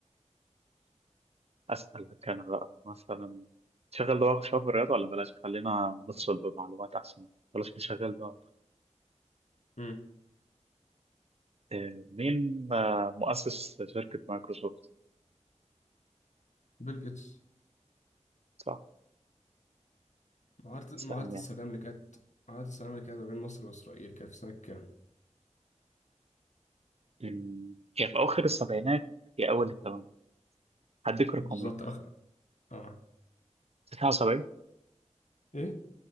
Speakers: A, on the right; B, on the left.
A: أسألك أنا بقى مثلا تشغل ده شوية في الرياضة ولا بلاش خلينا نفصل بمعلومات أحسن بلاش نشغل ده
B: مم.
A: آه، مين آه، مؤسس شركة مايكروسوفت
B: بيل جيتس
A: صح
B: معاهدة
A: استنى
B: معاهدة السلام
A: يعني
B: اللي كانت معاهدة السلام اللي كانت ما بين مصر وإسرائيل كانت في سنة كام؟
A: أمم، هي في أواخر السبعينات هي أول الثمانينات هديك رقمين
B: بالظبط أخ آه
A: 79
B: إيه؟